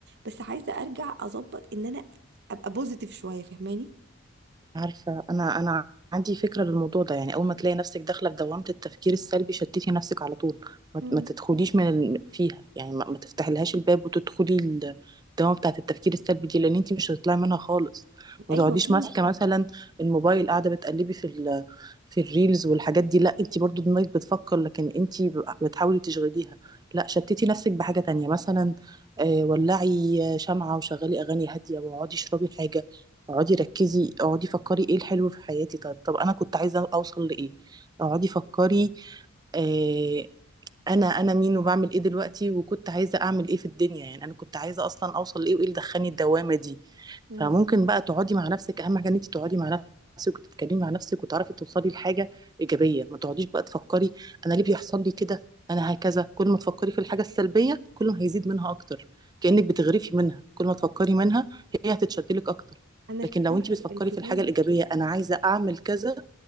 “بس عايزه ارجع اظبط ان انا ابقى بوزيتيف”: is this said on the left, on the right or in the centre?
Right